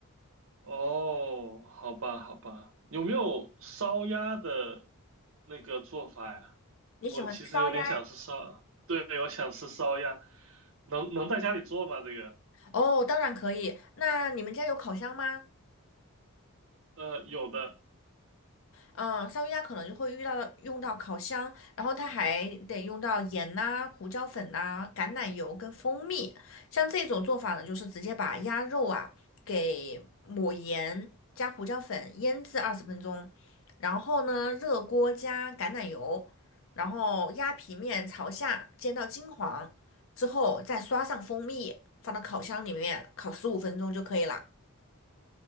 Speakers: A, on the right; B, on the left.
A: 哦，好吧，好吧，有没有烧鸭的那个做法呀？
B: 你喜欢吃烧鸭？
A: 我其实有点想吃烧，对，我想吃烧鸭，能能在家里做吗？这个，
B: 哦，当然可以。那你们家有烤箱吗？
A: 呃，有的，
B: 嗯，烧鱼鸭可能就会遇到用到烤箱，然后它还得用到盐呐、胡椒粉呐、橄榄油跟蜂蜜。像这种做法呢，就是直接把鸭肉啊给抹盐加胡椒粉腌制二十分钟，然后呢热锅加橄榄油，然后鸭皮面朝下煎到金黄之后，再刷上蜂蜜，放到烤箱里面烤十五分钟就可以了。